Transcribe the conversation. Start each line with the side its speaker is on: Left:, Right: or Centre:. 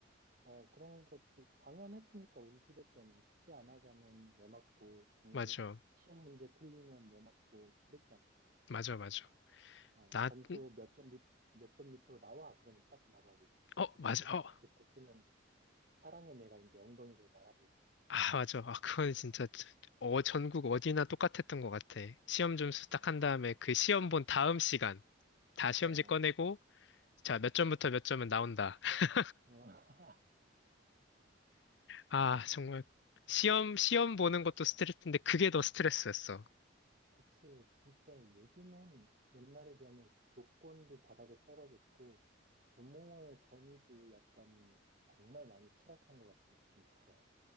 Right: 어, 그런 것도 당연했으니까 우리 시대 때는 숙제 안 하가면 매 맞고 공부
Left: 맞아,
Right: 시험 문제 틀리면 매 맞고 그랬잖아.
Left: 맞아, 맞아.
Right: 어,
Left: 나,
Right: 점수
Left: 음,
Right: 몇 점 밑, 몇 점 밑으로 나와 그러면 딱 나가고
Left: 어,
Right: 좋다게
Left: 맞아, 어,
Right: 딱 짚고 쓰면 사랑의 매가 이제 엉덩이로 날아들고.
Left: 아, 맞아. 아, 그건 진짜 어 전국 어디나 똑같았던 것 같아. 시험 점수 딱 한 다음에 그 시험 본 다음 시간 다 시험지
Right: 어,
Left: 꺼내고 자,
Right: 어,
Left: 몇 점부터 몇 점은 나온다. <laughs>
Right: 어. <laughs>
Left: 아, 정말
Right: 아,
Left: 시험 시험 보는 것도 스트레스인데 그게 더 스트레스였어.
Right: 그치. 진짜 요즘은 옛날에 비하면 교권도 바닥에 떨어졌고 부모의 권위도 약간 정말 많이 추락한 것 같은 느낌이 들어.